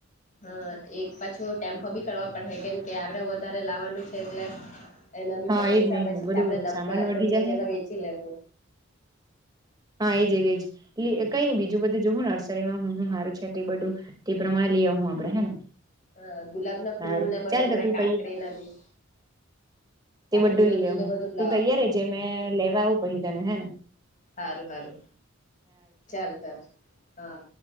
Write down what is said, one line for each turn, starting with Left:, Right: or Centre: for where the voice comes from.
Left: હા, એક પાછું ટેમ્પો બી કરવા પડ કેમ કે આપડે વધારે લાવવાનું છે, એટલે એના બી
Right: હા
Left: પૈસા
Right: એજ ને એજ
Left: પછી,
Right: ને બધું
Left: આપડેા
Right: સામાન વધી
Left: બને
Right: જાય
Left: જના વેચી લેવુ.
Right: હા, એજ એજ. કઈ નઈ બીજું બધું જોુ હું નર્સરીમાં હુ હુ હારુ છ, એટલી બધું તે પ્રમાણે લઈ, આવ હું આપડે હે ને
Left: હ ગુલાબના ફૂલ,
Right: સારું
Left: ને બધો
Right: ચાલ
Left: હમણાં
Right: તો તું
Left: કાકડી
Right: તૈ
Left: ના બી
Right: તે
Left: કાકરી
Right: બધું
Left: ના
Right: લઈએ
Left: બી ને
Right: હુ,
Left: બધું જ
Right: તુ
Left: લાવવા
Right: તૈયાર
Left: પડે હે
Right: જે મેં લેવા આવું પછી તને હેને?
Left: સારુ સારુ ચાલ, ચાલ હા.